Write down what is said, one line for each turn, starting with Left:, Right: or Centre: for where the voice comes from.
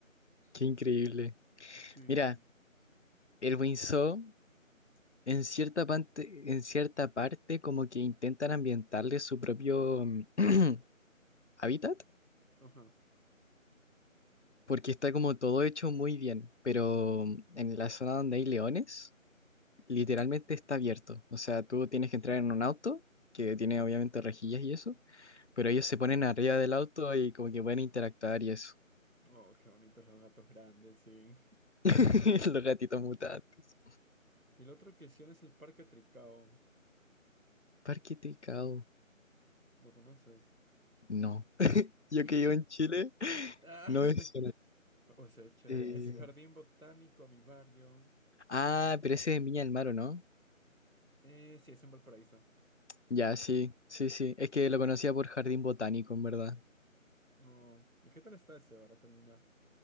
Left: Qué increíble.
Right: Sí,
Left: Mira,
Right: sí.
Left: el Windsor En cierta parte, en cierta parte como que intentan ambientarle su propio mm, <clears throat> hábitat,
Right: Ajá.
Left: porque está como todo hecho muy bien, pero mm, en la zona donde hay leones, literalmente está abierto. O sea, tú tienes que entrar en un auto, que tiene obviamente rejillas y eso, pero ellos se ponen arriba del auto y como que pueden interactuar y eso.
Right: Oh, qué bonitos los gatos grandes, sí.
Left: <laughs> Los gatitos mutantes.
Right: Y el otro que sí es el Parque Tricao.
Left: Parque Tricao.
Right: ¿Lo conoces?
Left: No. Yo
Right: <laughs>
Left: que vivo en Chile,
Right: Ah,
Left: no
Right: <laughs>
Left: es...
Right: O sea, es chévere.
Left: Eh,
Right: Es Jardín Botánico Avivario.
Left: ah, pero ese es en Viña del Mar, ¿o no?
Right: Eh, sí, es en Valparaíso.
Left: Ya, sí, sí, sí. Es que lo conocía por jardín botánico, en verdad.
Right: No. ¿Y qué tal está ese para terminar?